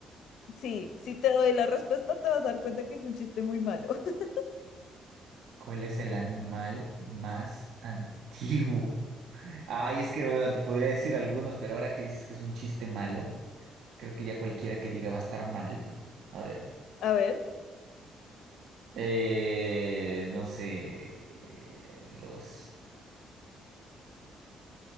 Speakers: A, on the left; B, on the right.
A: Sí, si te doy la respuesta, te vas a dar cuenta que es un chiste muy malo. <laughs>
B: ¿Cuál es el animal más antiguo? Ay, es que bueno, te podría decir algunos, pero ahora que dices que es un chiste malo, creo que ya cualquiera que diga va a estar mal tú. A ver.
A: A ver,
B: Eh, no sé. eh, los.